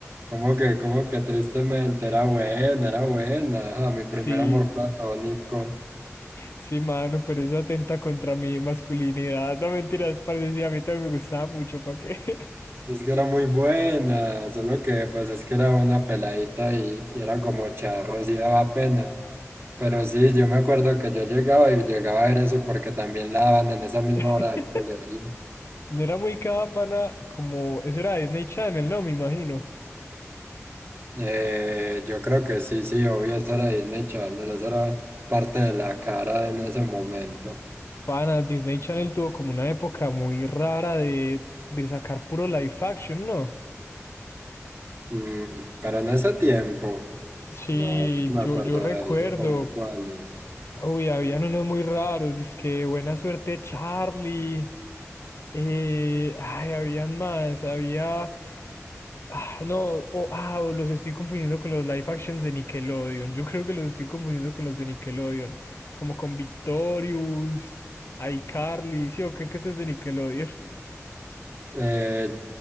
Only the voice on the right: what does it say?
como que, como que tristemente, era buena, era buena, ajá, mi primer
amor platónico.
Es que era muy buena, solo que pues es que era una peladita y, y era como charros y daba pena. Pero sí, yo me acuerdo que yo llegaba y llegaba a ver eso porque también la daban en esa misma
hora del colegio.
Eh, yo creo que sí, sí, obvio, eso era Disney Channel, eso era parte de la cara en ese momento.
Mm, pero en ese tiempo,
no, yo no me
acuerdo
de eso, como cuál.
Eh,